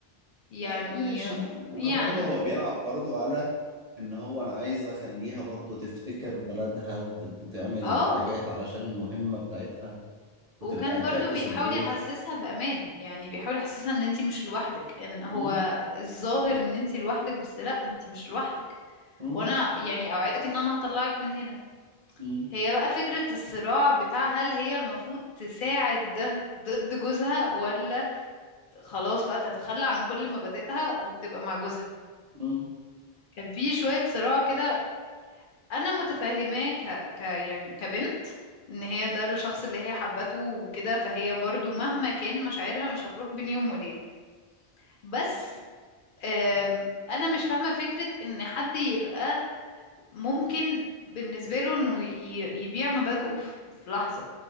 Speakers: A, on the left (about 60°); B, on the right (about 50°).
A: يعني
B: آه ماشي وكان
A: يعني
B: برضه هو بيلعب برضه على ان هو انا عايز اخليها برضه تفتكر بلدها وت- وتعمل
A: اه
B: حاجات علشان المهمة بتاعتها وتبقى
A: وكان
B: تعكس
A: برضو بيحاول
B: الدور
A: يحسسها بأمان يعني بيحاول يحسسها ان انتي مش لوحدك ان هو
B: مم،
A: الظاهر ان انتي لوحدك بس لا انتي مش لوحدك
B: مم،
A: وانا يعني اوعدك ان انا هطلعك من هنا
B: مم،
A: هي بقى فكرة الصراع بتاع هل هي المفروض تساعد ده ضد جوزها ولا خلاص بقى تتخلى عن كل مبادئها وتبقى مع جوزها
B: مم،
A: كان في شوية صراع كده أنا متفهماه ك... ك يعني كبنت إن هي ده الشخص اللي هي حبته وكده فهي برضو مهما كان مشاعرها مش هتروح بين يوم وليلة بس آم، أنا مش فاهمة فكرة إن حد يبقى ممكن بالنسبة له انه ي- يبيع مبادئه في في لحظة